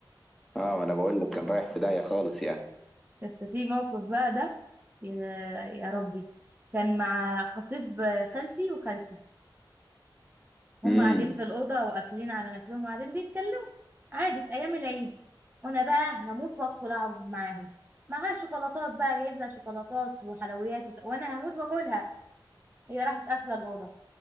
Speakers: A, in the centre; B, on the right (about 25°).
A: اه وأنا بقول لك كان رايح في داهية خالص يعني
B: بس في موقف بقى ده يا يا ربي كان مع خطيب خالتي وخالتي هم
A: امم
B: قاعدين في الأوضة وقافلين على نفسهم وقاعدين بيتكلموا عادي في أيام العيد وأنا بقى هموت وأدخل أقعد معاهم معاها شوكولاتات بقى جايب لها شوكولاتات وحلويات وت... وأنا هموت وأكلها هي راحت قافلة الأوضة